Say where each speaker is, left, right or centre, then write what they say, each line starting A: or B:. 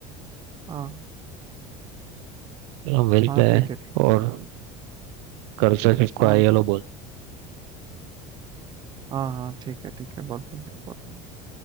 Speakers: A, on the right; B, on the right.
A: हाँ
B: चलो मिलते
A: हाँ
B: हैं
A: ठीक है ठीक
B: और घर से किसको
A: हाँ
B: आई हेलो बोल
A: हाँ हाँ ठीक है ठीक है बोल दूंगी बोल दूंगी